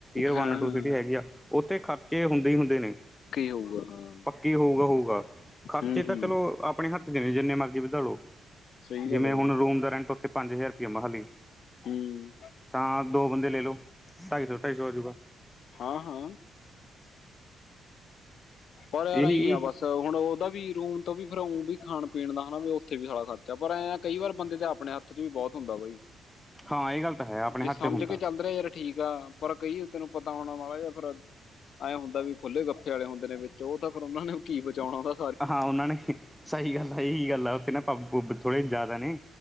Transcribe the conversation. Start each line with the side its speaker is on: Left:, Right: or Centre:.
Centre: ਅਰ
Left: ਹਾਂ
Centre: ਵਨ
Left: ਹਾਂ
Centre: ਟੂ ਸਿਟੀ ਹੈਗੀ ਆ ਉੱਥੇ ਖਰਚੇ ਹੁੰਦੇ ਹੀ ਹੁੰਦੇ ਨੇ।
Left: ਇਹ ਹੋਊਗਾ ਹਾਂ।
Centre: ਕੀ ਹੋਊਗਾ- ਹੋਊਗਾ ਖਰਚੇ
Left: ਹੂੰ
Centre: ਤਾਂ
Left: ਹੂੰ
Centre: ਚਲੋ ਆਪਣੇ ਹੱਥ ਚ ਨੇ ਜਿੰਨੇ ਮਰਜ਼ੀ ਵਧਾਲੋ।
Left: ਸਹੀ
Centre: ਜਿਵੇਂ
Left: ਗੱਲ ਆ
Centre: ਹੁਣ
Left: ਬਾਈ
Centre: ਰੂਮ ਦਾ ਰੈਂਟ ਉੱਥੇ ਪੰਜ ਹਜ਼ਾਰ ਰੁਪਇਆ ਮੋਹਾਲੀ
Left: ਹੂੰ
Centre: ਤਾਂ ਦੋ ਬੰਦੇ ਲੈ ਲਓ ਢਾਈ ਸੌ ਢਾਈ ਸੌ ਹੋਜੂਗਾ।
Left: ਹਾਂ-ਹਾਂ। ਪਰ ਰਾਹੀ
Centre: ਇਹੀ
Left: ਆ ਬਸ ਹੁਣ ਉਹਦਾ ਵੀ ਰੂਮ ਤੋਂ ਵੀ ਫਿਰ ਔ ਵੀ ਖਾਣ-ਪੀਣ ਦਾ ਹੈਨਾ, ਵੀ ਉੱਥੇ ਵੀ ਸਾਡਾ ਖਰਚਾ ਪਰ ਐਂ ਕਈ ਵਾਰ ਬੰਦੇ ਦੇ ਆਪਣੇ ਹੱਥ ਖਰਚ ਵੀ ਬਹੁਤ ਹੁੰਦਾ ਬਾਈ।
Centre: ਹਾਂ, ਇਹ ਗੱਲ ਤਾਂ ਹੈ। ਆਪਣੇ
Left: ਜੇ
Centre: ਹੱਥ
Left: ਸਮਝ
Centre: 'ਚ ਹੁੰਦਾ
Left: ਕੇ ਚੱਲ ਰਿਹਾ, ਯਾਰ ਠੀਕ ਆ ਪਰ ਕਹੀਏ ਤੈਨੂੰ ਪਤਾ ਹੋਣਾ ਵਾਲਾ ਜਾ ਫਿਰ ਐਂ ਹੁੰਦਾ ਵੀ ਖੁੱਲੇ ਗੱਫੇ ਅਲੇ ਹੁੰਦੇ ਨੇ ਵਿੱਚ ਉਹ ਤਾਂ ਓਨਾ ਨੇ ਕੀ ਬਚਾਉਣਾ ਹੁੰਦਾ।
Centre: ਹਾਂ ਉਹਨਾਂ ਨੇ ਸਹੀ ਗੱਲ ਸਹੀ ਗੱਲ ਆ ਉੱਥੇ ਨਾ ਪੈਗ-ਪੁਗ ਥੋੜੇ ਜ਼ਿਆਦਾ ਨੇ।